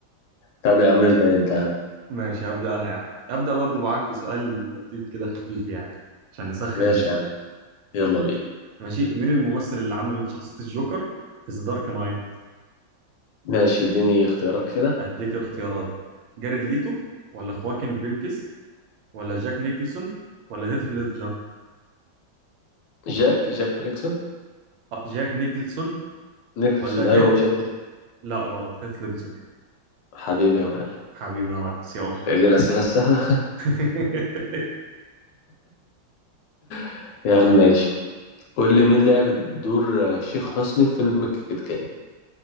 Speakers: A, on the left (about 75°); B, on the right (about 85°).
A: طب يا عم ابدا انت يا عم
B: ماشي هبدا انا يعني هبدا برضو معاك بسؤال لطيف كده خفيف يعني عشان نسخن
A: ماشي
B: اللعبه
A: يا عم يلا بينا
B: ماشي مين الممثل اللي عمل شخصيه الجوكر في ذا دارك نايت
A: ماشي اديني اختيارات كده
B: اديك الاختيارات جاريد ليتو ولا خواكين فينكس ولا جاك نيكلسون ولا هيث ليدجر
A: جاك جاك فليكسون
B: آه، جاك نيكلسون
A: نيكلسون
B: ولا
A: ايوه
B: هيث
A: هو جاك
B: لا غلط هيث ليدجر
A: حبيبي يا معلم
B: حبيبي يا ريس يلا
A: إيه دي الاسئله السهله
B: <laughs>
A: <laughs> يا عم ماشي قول لي مين لعب دور الشيخ حسني في فيلم كيت كات